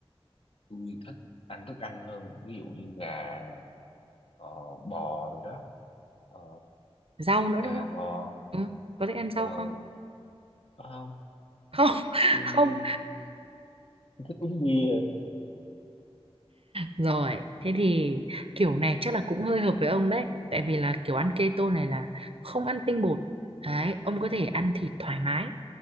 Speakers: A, on the left; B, on the right.
A: tôi thích ăn thức ăn hơn ví dụ như gà này ờ, bò rồi đó ờ,
B: rau nữa
A: gà
B: đúng không
A: bò
B: ừ, có thích ăn rau
A: ờ
B: không
A: có không
B: không <laughs>
A: tôi
B: không
A: thích uống bia
B: rồi thế thì kiểu này chắc là cũng hơi hợp với ông đấy tại vì là kiểu ăn keto này là không ăn tinh bột đấy ông có thể ăn thịt thoải mái